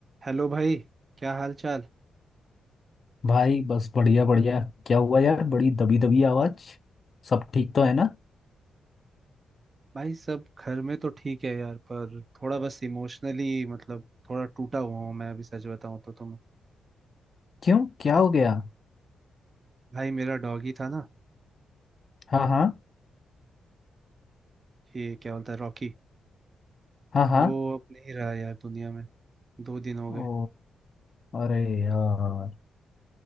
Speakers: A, on the right; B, on the left.
A: Hello भाई क्या हाल चाल
B: भाई बस बढ़िया बढ़िया क्या हुआ यार बड़ी दबी दबी आवाज सब ठीक तो है ना
A: भाई सब घर में तो ठीक है यार पर थोड़ा बस इमोशनली मतलब थोड़ा टूटा हुआ हूँ मैं अभी सच बताऊँ तो तुम
B: क्यों क्या हो गया
A: भाई मेरा डॉगी था ना
B: हाँ हाँ
A: ये क्या बोलता है रॉकी
B: हाँ हाँ
A: वो अब नहीं रहा यार दुनिया में दो दिन हो
B: ओ
A: गए
B: अरे यार